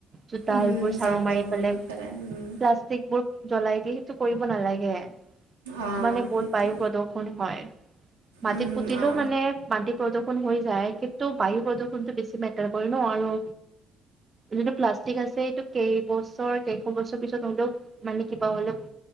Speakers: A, on the right; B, on the right.
A: জোতাল
B: উম,
A: বোৰ ঝাৰু
B: জাবৰবোৰ
A: মাৰি পেলায়
B: লৈ পেলাই উম,
A: প্লাষ্টিক বোৰ জ্বলাই দিয়ে সেইটো কৰিব নালাগে
B: আ,
A: মানে বহুত
B: সেইটো
A: বায়ু প্ৰদূ ষন হয়। মাটিত
B: উম,
A: পুতিলেও
B: আ,
A: মানে মাটি প্ৰদূৰণ হৈ যায় কিন্তু বায়ু প্ৰদূৰণতটো বেছি মেটাৰ কৰে ন। আৰু যিটো প্লাষ্টিক আছে এইটো কেইবছৰ কেইশ বছৰ পিছত হ'লেও মানে কিবা হ'লেও